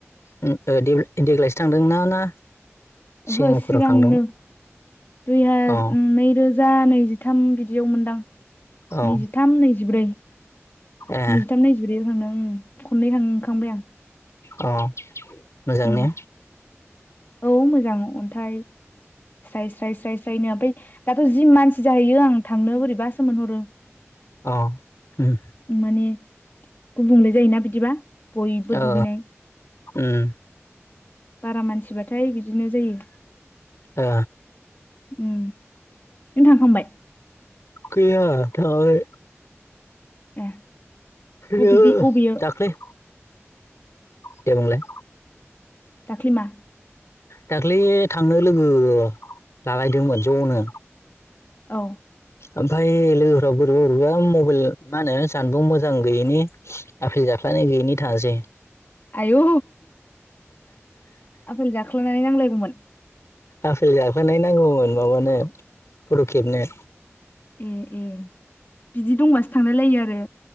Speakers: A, on the left; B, on the left.
A: उम ओ देग्लायसो थांदों ना ना
B: ओहो
A: सिगांफोराव
B: सिगांनो
A: थांदों
B: दुइ हा
A: अ
B: नै रो जा नैजिथाम बिदियाव मोनदां
A: औ
B: नैजिथाम नैजिब्रै
A: ए
B: नैजिथाम नैजिब्रैयाव थांदों उम खननै थांखांबाय आं
A: अ मोजां
B: उम
A: ने
B: औ मोजां अन्थाइ स्राय स्राय स्राय स्रायनो ओमफ्राय दाथ जि मानसि जाहैयो आं थांनो बोरैबा सो मोनहरो
A: अ उम
B: माने गुबुंले जायोना बिदिबा बयबो
A: ओ
B: दुगैनाय
A: उम
B: बारा मानसिबाथाय बिदिनो जायो
A: ओ
B: उम, नों थांखांबाय?
A: गैया थांङाखै।
B: ए
A: गैया,
B: अबेदि अबेयो
A: दाख्लै दे बुंलाय
B: दाख्लि मा?
A: दाख्लै थांनो लोगो लालायदोंमोन ज'नो।
B: औ।
A: ओमफ्राय लोगोफोरा बोरैबा बोरैबा मबाइल मा होनो जानबुं मोजां गैयिनि आफ जाफ्लानाय गैयिनि थांङासै
B: आयौ आफाल जाख्ल'नाय नांलायगौमोन
A: आफेल जाखोनाय नांगौमोन माबानो फट' खेबनो
B: ए ए बिदि दंबासो थांलाय लायो आरो